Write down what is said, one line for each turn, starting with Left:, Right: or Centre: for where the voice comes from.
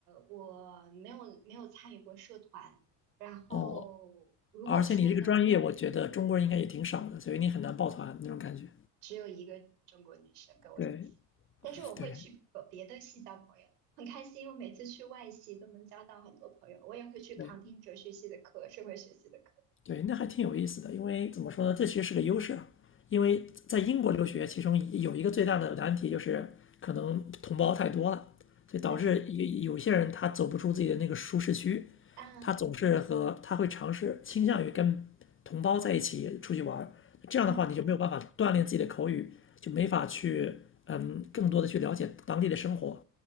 Right: 我没有没有参与过社团。然后如果说的，
Left: 哦而且你这个专业，我觉得中国人应该也挺少的，所以你很难抱团那种感觉。
Right: 只有一个中国女生跟我一起，
Left: 对，
Right: 但是我会去和别的系交朋友，
Left: 对，
Right: 很开心。我每次去外系都能交到很多朋友，我也会去旁听哲学系的课、
Left: 对，
Right: 社会学系的课。
Left: 对，那还挺有意思的，因为怎么说呢，这其实是个优势啊因为在英国留学，其中有一个最大的难题就是可能同胞太多了，所以导致有有些人他走不出自己的那个舒适区，
Right: 嗯嗯
Left: 他总是和他会尝试倾向于跟同胞在一起出去玩儿。这样的话，
Right: 嗯嗯。
Left: 你就没有办法锻炼自己的口语，就没法去嗯更多的去了解当地的生活。